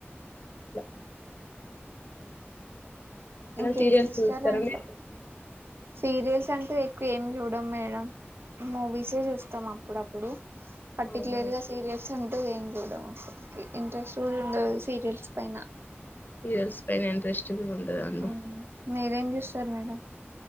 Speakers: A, on the left; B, on the right.
A: ట్ల
B: ఇంకేం
A: సీరియల్స్
B: చేస్తారాంట్లో
A: చూస్తారా మీరు
B: సీరియల్స్ అంటూ ఎక్కువ ఏమి చూడం మేడం మూవీసే చూస్తాం అప్పుడప్పుడు పర్టిక్లర్
A: అవునా
B: గా సీరియల్స్ అంటూ ఏం చూడము ఇంట్రెస్ట్ కూడా ఉండదు సీరియల్స్ పైన
A: సిరియల్స్ పైన ఇంట్రెస్ట్ కూడా ఉండదండి
B: మ్ మీరేం చూస్తారు మేడం